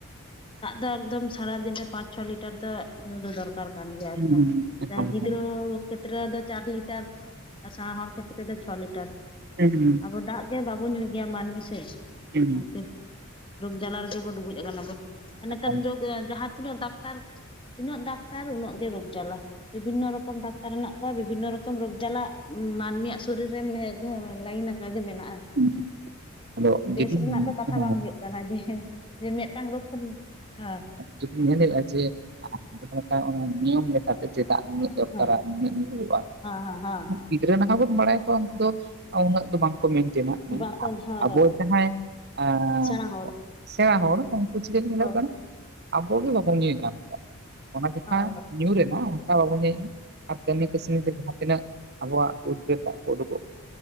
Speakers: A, on the left; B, on the right.
A: ᱫᱟᱜ ᱫᱚ ᱮᱠᱫᱚᱢ ᱥᱟᱨᱟ ᱫᱤᱱ ᱨᱮ ᱯᱟᱸᱪ ᱪᱷᱚ ᱞᱤᱴᱟᱨ ᱫᱚ ᱧᱩᱸ ᱫᱚ ᱫᱚᱨ ᱫᱚᱨᱠᱟᱨ ᱠᱟᱱ ᱜᱮᱭᱟ
B: ᱦᱩᱸ
A: ᱮᱠᱫᱚᱢ,
B: ᱦᱩᱸ ᱮᱠᱟᱞ ᱮᱠᱟᱞ ᱦᱩᱸ
A: ᱜᱤᱫᱽᱨᱟᱹ ᱯᱤᱫᱽᱨᱟᱹ ᱫᱚ ᱪᱟᱨ ᱞᱤᱴᱟᱨ ᱥᱮᱬᱟ ᱦᱚᱲ ᱠᱷᱮᱛ ᱫᱚ ᱪᱷᱚ ᱞᱤᱴᱟᱨ ᱾
B: ᱦᱮᱸ᱾
A: ᱟᱵᱚ ᱫᱟᱜ ᱜᱮ ᱵᱟᱵᱚᱱ ᱧᱩᱭ ᱜᱮᱭᱟ ᱢᱟᱹᱱᱢᱤ ᱥᱮ ᱾
B: ᱦᱩᱸ
A: ᱚᱱᱟ ᱠᱷᱟᱹᱛᱤᱨ ᱨᱚᱜᱽ ᱡᱟᱞᱟ ᱨᱮᱜᱮ ᱵᱚᱱ ᱰᱩᱵᱩᱡ ᱟᱠᱟᱱᱟ ᱵᱚ, ᱟᱨ ᱱᱮᱛᱟᱨ
B: ᱮᱠᱟᱞ
A: ᱨᱚᱜᱽ ᱡᱟᱦᱟᱸ ᱛᱤᱱᱟᱹᱜ ᱰᱟᱠᱛᱟᱨ ᱛᱤᱱᱟᱹᱜ ᱰᱟᱠᱛᱟᱨ ᱩᱱᱟᱹᱜ ᱜᱮ ᱨᱚᱜᱽ ᱡᱟᱞᱟ, ᱵᱤᱵᱷᱤᱱᱱᱚ ᱨᱚᱠᱚᱢ ᱰᱟᱠᱛᱟᱨ ᱢᱮᱱᱟᱜ ᱠᱚᱣᱟ ᱵᱤᱵᱷᱤᱱᱱᱚ ᱨᱚᱠᱚᱢ ᱨᱚᱜᱽ ᱡᱟᱞᱟ ᱢᱟᱹᱱᱢᱤ ᱭᱟᱜ ᱥᱚᱨᱤᱨ ᱨᱮ ᱢᱤᱫ ᱫᱷᱟᱹᱣ ᱞᱟᱭᱤᱱ ᱟᱠᱟᱜ ᱜᱮ ᱢᱮᱱᱟᱜᱼᱟ ᱟᱨᱠᱤ᱾
B: ᱦᱩᱸ ᱟᱫᱚ
A: ᱵᱮᱥ
B: ᱡᱩᱫᱤ
A: ᱨᱮᱱᱟᱜ
B: ᱦᱮᱸ
A: ᱫᱚ ᱠᱟᱛᱷᱟ ᱵᱟᱝ ᱦᱩᱭᱩᱜ ᱠᱟᱱᱟ, ᱡᱮ ᱢᱤᱫᱴᱟᱝ ᱨᱚᱜᱽ ᱠᱷᱚᱱ ᱦᱮᱸ
B: ᱡᱩᱫᱤᱢ ᱧᱮᱞᱮᱼᱟ ᱡᱮ ᱡᱟᱦᱟᱸ ᱞᱮᱠᱟ ᱚᱱᱟ ᱱᱤᱭᱚᱢ ᱞᱮᱠᱟᱛᱮ ᱪᱮᱫᱟᱜ ᱩᱱᱟᱹᱜ ᱥᱚᱨᱠᱟᱨᱟᱜ
A: ᱦᱮᱸ
B: ᱢᱤᱫ ᱧᱤᱫᱟᱹ ᱦᱩᱭᱩᱜ-ᱟ
A: ᱦᱮᱸ ᱦᱮᱸ ᱦᱮᱸ
B: ᱜᱤᱫᱽᱨᱟᱹ ᱱᱟᱦᱟᱜ ᱵᱚᱱ ᱵᱟᱲᱟᱭ ᱠᱚᱣᱟ ᱩᱱᱠᱩ ᱫᱚ ᱩᱱᱟᱹᱜ ᱫᱚ ᱵᱟᱝᱠᱚ ᱢᱮᱱᱴᱮᱱᱟ ᱢᱮᱱ
A: ᱵᱟᱠᱚ
B: ᱠᱷᱟᱱ,
A: ᱦᱳᱭ
B: ᱟᱵᱚ
A: ᱦᱳᱭ
B: ᱡᱟᱦᱟᱸᱭ, ᱟᱸᱻ
A: ᱥᱮᱬᱟ ᱦᱚᱲ
B: ᱥᱮᱬᱟ
A: ᱦᱩᱸ
B: ᱦᱚᱲ ᱩᱱᱠᱩ ᱪᱤᱠᱟᱹ ᱧᱮᱞᱚᱜ
A: ᱦᱳᱭ
B: ᱠᱟᱱᱟ, ᱟᱵᱚ ᱜᱮ ᱵᱟᱵᱚᱱ ᱧᱩᱭᱮᱜᱼᱟ ᱚᱱᱟ ᱪᱮᱴᱷᱟ
A: ᱦᱳᱭ
B: ᱧᱩᱨ ᱮᱱᱟ ᱚᱱᱠᱟ ᱵᱟᱵᱚᱱ ᱧᱩᱭᱮᱫᱼᱟᱼᱼ ᱟᱨ ᱠᱟᱹᱢᱤ ᱠᱟᱹᱥᱱᱤ ᱛᱮ ᱡᱟᱦᱟ ᱛᱤᱱᱟᱹᱜ ᱟᱵᱚᱣᱟᱜ ᱩᱫᱽᱜᱟᱹᱨ ᱫᱟᱜ ᱠᱚ ᱩᱰᱩ ᱠᱚᱜ